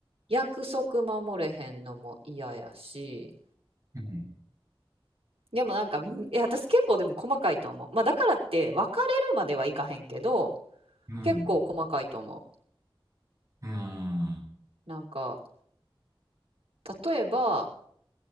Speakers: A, on the right; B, on the right.
A: 約束守れへんのも嫌やし、
B: うん、
A: でもなんか、んいや、私結構でも細かいと思う。まあだからって別れるまではいかへんけど、
B: うん、うん、
A: 結構細かいと思
B: うん、
A: う。なんか、例えば、